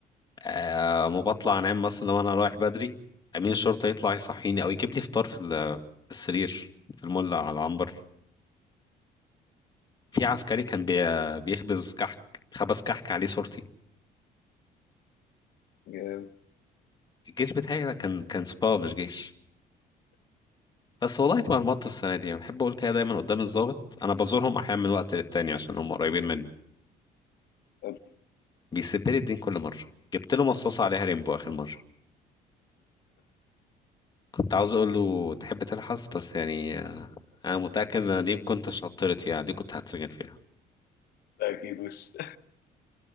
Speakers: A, on the left (about 25°); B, on the left (about 70°).
A: آه ما بطلع انام مثلا لو انا رايح بدري امين الشرطه يطلع يصحيني او يجيب لي فطار في في السرير في المولع على العنبر في عسكري كان بي... بيخبز كحك خبز كحك عليه صورتي
B: جامد.
A: الجيش بتاعي ده كان كان سبا مش جيش بس والله اتمرمطت السنة دي بحب أقول كده دايما قدام الضابط أنا بزورهم أحيانا من وقت للتاني عشان هم قريبين مني
B: طب
A: بيسيب لي الدين كل مرة جبت له مصاصة عليها ريمبو آخر مرة كنت عاوز أقول له تحب تلحس بس يعني أنا متأكد إن دي ما كنتش عطلت فيها دي كنت هتسجن فيها
B: ده أكيد وش